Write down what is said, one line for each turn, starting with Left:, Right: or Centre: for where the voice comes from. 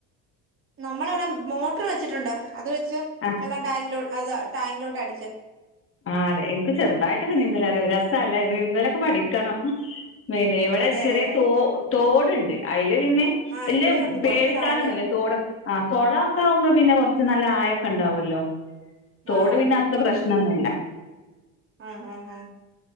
Right: നമ്മളവിടെ മോട്ടർ വെച്ചിട്ടുണ്ട്. അതുവെച്ച്
Left: ആ
Right: വെള്ളം ടാങ്കിലോട്ട് അത് ടാങ്കിലോട്ട്. അടിച്ച്
Left: ആയതെ, എനിക്കുചെറുതായിട്ടൊക്കെ നീന്തലറിയാം. രസാല്ലേ നീന്തലൊക്കെ പഠിക്കണം. പിന്നെയിവിടെ
Right: അതെ
Left: ചെറിയ
Right: അതെ അതെ
Left: തോ, തോടുണ്ട്. അതിലു പിന്നെ
Right: ആഹ്
Left: വല്യ
Right: ഇവിടെ ഉണ്ട്
Left: പേടിക്കാനൊന്നുമില്ല.
Right: കൊറച്ച് താഴെയാ
Left: തോട്, ആ.. കൊളമൊക്കെയാകുമ്പോ, പിന്നെ കുറച്ചുനല്ല ആയ ഉണ്ടാവുവല്ലോ. തോട്
Right: ആഹ്
Left: പിന്നെ അത്ര പ്രശ്നമൊന്നുമില്ല.
Right: ആ... ആഹ്... ആ..